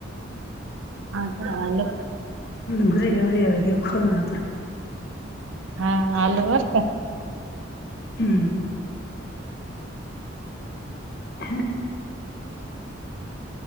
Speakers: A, on the right; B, on the left.
A: आता आणलं.
B: बरे एवढे घे खाऊन आता.
A: हा आलू बर का.
B: हम्म. <inaudible>